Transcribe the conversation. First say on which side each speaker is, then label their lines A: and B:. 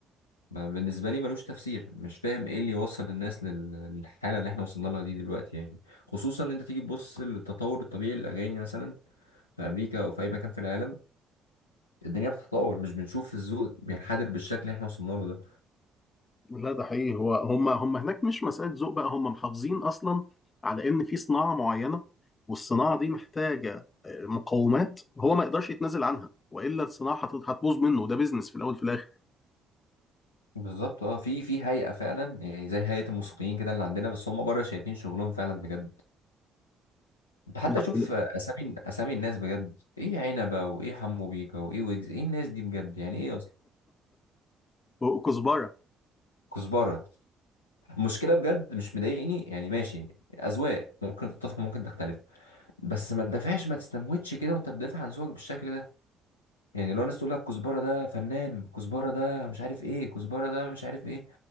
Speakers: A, on the left; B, on the left.
A: ما- بالنسبة لي ملوش تفسير مش فاهم ايه اللي يوصل الناس لل- للحالة اللي احنا وصلنا لها دي دلوقتي يعني خصوصا ان انت تيجي تبص للتطور الطبيعي للأغاني مثلا في أمريكا أو في أي مكان في العالم الدنيا بتتطور مش بنشوف الذوق بينحدر بالشكل اللي احنا وصلنا له ده
B: لا ده حقيقي هو هم هم هناك مش مسألة ذوق بقى هم محافظين أصلا على إن في صناعة معينة والصناعة دي محتاجة آه، مقومات هو ما يقدرش يتنازل عنها وإلا الصناعة هت- هتبوظ منه ده بيزنس في الأول في الآخر
A: بالظبط اه في في هيئة فعلا يعني زي هيئة الموسيقيين كده اللي عندنا بس هم بره شايفين شغلهم فعلا بجد انت حتى
B: ده
A: شوف
B: حقيقي.
A: أسامي أسامي الناس بجد ايه عنبة وايه حمو بيكا وايه ويجز ايه الناس دي بجد يعني ايه أصلا
B: وكزبرة
A: كزبرة المشكله بجد مش مضايقني يعني ماشي اذواق ممكن تتفق ممكن تختلف بس ما تدافعش ما تستموتش كده وانت بتدافع عن ذوقك بالشكل ده يعني لو الناس تقول لك كزبره ده فنان كزبره ده مش عارف ايه كزبره ده مش عارف ايه